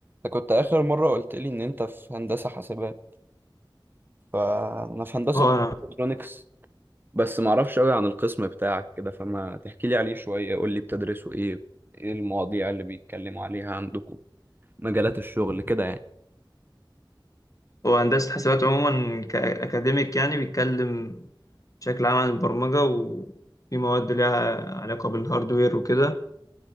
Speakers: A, on the right (about 25°); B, on the left (about 40°).
A: انت كنت اخر مره قلت لي ان انت في هندسه حاسبات فانا في هندسه
B: هو
A: برضه الكترونكس بس ما اعرفش قوي عن القسم بتاعك كده فما تحكي لي عليه شويه قول لي بتدرسوا ايه ايه المواضيع اللي بيتكلموا عليها عندكم مجالات الشغل كده يعني
B: هو هندسة حسابات عموما كأكاديميك يعني بيتكلم بشكل عام عن البرمجة وفي مواد ليها علاقة بالهاردوير وكده